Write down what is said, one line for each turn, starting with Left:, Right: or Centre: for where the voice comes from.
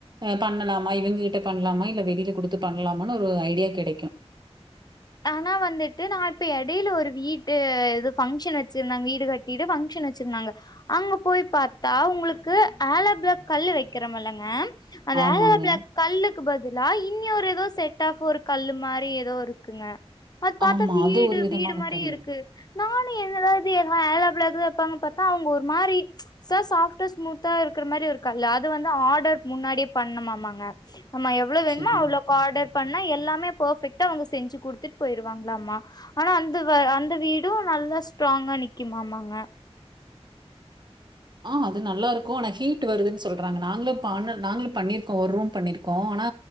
Right: அ பண்ணலாமா இவங்க கிட்ட பண்ணலாமா இல்ல வெளில குடுத்து பண்ணலாமனு ஒரு ஐடியா கெடைக்கு
Left: ஆனா வந்துட்டு நா இப்ப இடையில ஒரு வீட்டு இது பங்க்ஷன் வச்சிருந்தாங்க வீடு கட்டிட்டு பங்க்ஷன் வச்சிருந்தாங்க அங்க போய் பாத்தா உங்களுக்கு ஆலோபிலா கல் வக்கிறோம்ல்லங்க அந்த
Right: ஆமாங்க.
Left: அலோபிலக் கல்லுக்கு பதிலா நீ ஒரு ஏதோ செட் ஆஃப் ஒரு கல்லு மாரி ஏதோ ஒரு இருக்குங்க அது பாத்தா
Right: ஆமா.
Left: வீடு
Right: அது ஒரு விதமான
Left: வீடு மாரி
Right: கல்லு.
Left: இருக்கு நானு என்னடாது ஏதா அலோபிலாக் பாங்க அவங்க ஒரு மாரி ச சாஃப்டா ஸ்மூத்தா இருக்கிற மாரி ஒரு கல்லு அது வந்து ஆர்டர் முன்னாடியே பண்ணணுமா மாங்க ஆமா எவ்ளோ வேணுமோ
Right: சரிங்க.
Left: அவ்ளோக்கு ஆர்டர் பண்ணா எல்லாமே பர்ஃபெக்டா அவங்க ஸ் செஞ்சு குடுத்துட்டு போயிருவாங்களாம ஆனா அந்த வ அந்த வீடு நல்லா ஸ்ட்ராங்கா நிக்குமாமாங்க
Right: ஆ அது நல்லாருக்கு ஆனா ஹீட் வருதுன்னு சொல்றாங்க நாங்களு பாண நாங்களு பண்ணிருக்கோ ஒரு ரூம் பண்ணிருக்கோ ஆனா